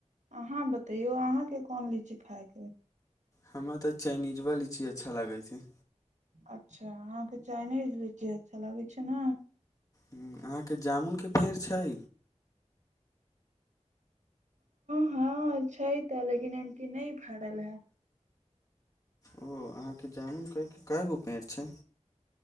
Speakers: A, on the right (about 85°); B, on the left (about 30°).
A: अहाँ बतैयो अहाँ के कोन लीची खायके यै
B: हमरा तऽ चाइनीजवा लीची अच्छा लगै छै
A: अच्छा अहाँके चाइनीज लीची अच्छा लगै छै नै
B: हूं अहाँके जामुन के पेड़ छै
A: हँ छै तऽ लेकिन एमकी नय भरल हेय
B: ओ अहाँके जामुन कय कय गो पेड़ छै